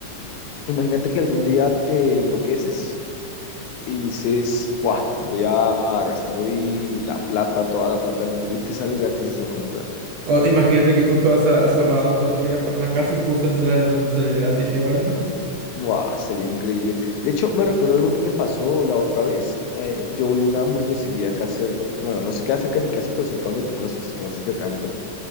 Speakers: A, on the left; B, on the right.
A: imagínate que algún día te enloqueces y dices, Buah, voy a gastar hoy la plata, toda la plata del mundo y te sale gratis esa compra.
B: O imagínate que justo has, has ahorrado toda tu vida por una casa y justo es la donde sale gratis igual. <laughs>
A: Buah, sería increíble. De hecho, me recuerda algo que me pasó la otra vez. eh, yo voy a una hamburguesería acá cerca, bueno, no sé qué cerca de mi casa, pero cerca donde tomo las clases de canto.